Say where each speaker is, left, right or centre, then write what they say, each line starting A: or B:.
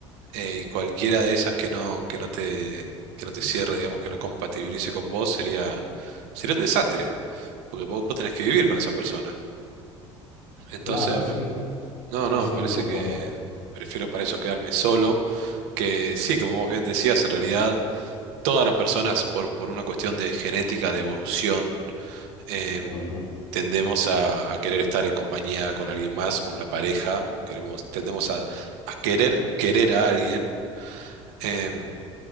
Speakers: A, on the right; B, on the left.
A: eh, y cualquiera de esas que no, que no te, que no te cierre, digamos, que no compatibilice con vos, sería, sería un desastre, porque vos, vos tenés que vivir con esa persona. Entonces,
B: claro, sí,
A: me- no,
B: sí,
A: no,
B: sí,
A: me parece
B: concuerdo.
A: que prefiero para eso quedarme solo, que sí, como vos bien decías, en realidad todas las personas por, por una cuestión de genética, de evolución, eh,
B: Ujú.
A: tendemos a, a querer estar en compañía con alguien más, con una pareja, queremos, tendemos a, a querer querer a alguien. eh,